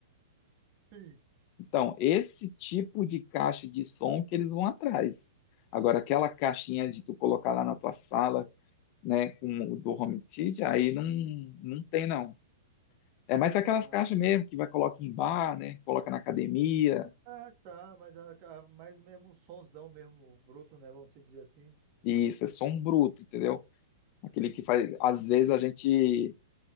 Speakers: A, on the right; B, on the left.
A: Sim.
B: Então, esse tipo de caixa de som que eles vão atrás. Agora, aquela caixinha de tu colocar lá na tua sala, né, com o do home theater, aí não,
A: Uhum.
B: não tem não. É mais aquelas
A: Ah,
B: caixas mesmo que vai colocar em bar, né, coloca na academia,
A: ah, tá, mas, a, a- mas mesmo sonzão, mesmo bruto, né? Vamos se dizer assim.
B: e isso é som bruto, entendeu? Aquele que faz, às vezes a gente